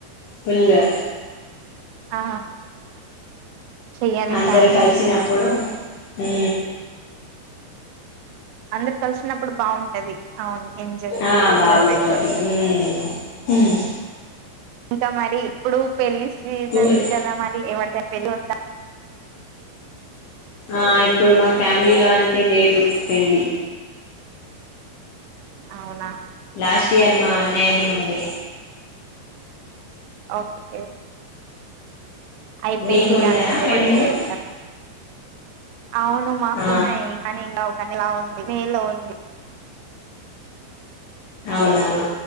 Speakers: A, on the left (about 75°); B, on the right (about 85°).
A: ఫుల్ లు
B: ఆ చెయ్యాలి
A: అందరు
B: ఫ్యామిలీ
A: కలిసినప్పుడు
B: గురించి
A: హు
B: అందరు కలిసినప్పుడు బాగు కవి అవును ఎంజాయ్
A: ఆ
B: ఎంజాయ్మెంట్
A: బావుంటది
B: ఉంటది
A: ఉమ్ ఉహు
B: ఇంకా మరి ఇప్పుడు పెళ్లి సీజన్స్
A: టూర్
B: కదా మరి ఎవరిదైన కిలోవంద
A: ఆ ఇప్పుడు మా ఫ్యామిలీలో అంటే లేదు పెళ్లి
B: అవునా
A: లాస్ట్ ఇయర్ మా అన్నయ్యాది ఉండే
B: ఓకే అయిపోయింది
A: మీకు
B: ఇక
A: ఉన్నాయా
B: అందరి
A: పెళ్ళిళ్ళు
B: ఎవరిదిలేదు కదా అవును మాకున్నాయి
A: ఆ
B: కానీ ఇంకా కానీలా ఉంది మే లో ఉంది
A: అవునా